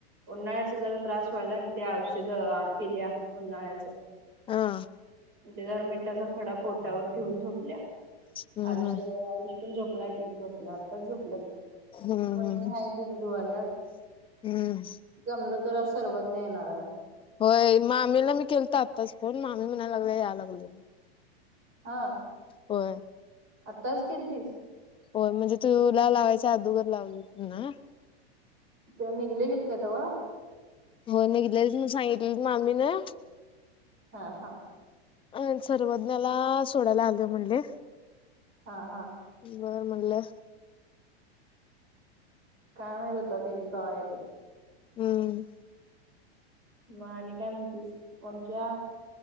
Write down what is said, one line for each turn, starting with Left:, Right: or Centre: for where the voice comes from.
Right: उन्हाळ्याचा जरा त्रास व्हायलायं मग ते औषधं. द आप येईलं उन्हाळ्याचं
Left: हा.
Right: ते जर मिठाचा खडा पोटावर ठेऊन झोपल्या,
Left: हम्म
Right: आरुष जवळ आरुष झोपलायं ती झोपलं आताचं झोपलयं,
Left: हम्म
Right: वहिणी
Left: हम्म
Right: हायत धुणं धुवालायत.
Left: हम्म
Right: जमलं तर आज सर्वज्ञ् येणार आहे.
Left: होय मामीला मी केला तर आत्ताच फोन मामी म्हणयला या लागले.
Right: हा.
Left: हो.
Right: आत्ताच केलतीस.
Left: हो म्हणजे तुला लावायच अदोगर लावून ना,
Right: इ म निगललेलिक कायतववा
Left: हो निघले म सांगितली मामी ना
Right: हा हा
Left: अ सर्वज्ञाला सोडायला आलं म्हणले,
Right: हा हा
Left: बर म्हले.
Right: काय माहत होत त्यांनी कवा येत
Left: हम्म
Right: म आणि काय म्हणतीस ंकिया